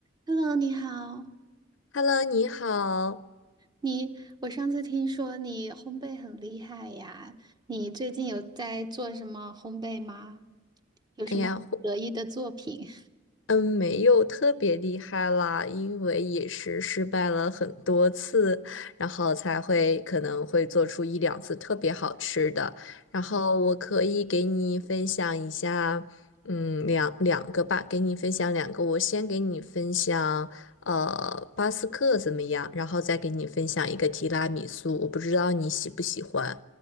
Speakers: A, on the right; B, on the left.
A: Hello，你好。
B: Hello，你好。
A: 你，我上次听说你烘焙很厉害呀，你最近有在做什么烘焙吗？有什么得意的作品？
B: 哎呀，或嗯，没有特别厉害啦，因为也是失败了很多次，然后才会可能会做出一两次特别好吃的。然后我可以给你分享一下，嗯，两两个吧，给你分享两个。我先给你分享，呃，巴斯克怎么样？然后再给你分享一个提拉米苏，我不知道你喜不喜欢。